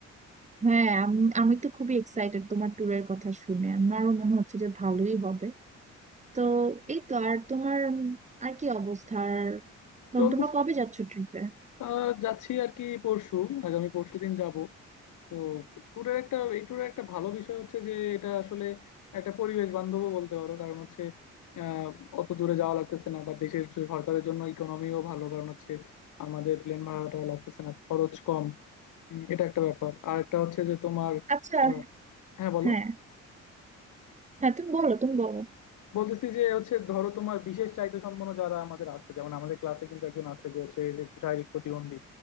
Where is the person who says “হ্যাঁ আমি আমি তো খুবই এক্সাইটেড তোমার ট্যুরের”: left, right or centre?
Right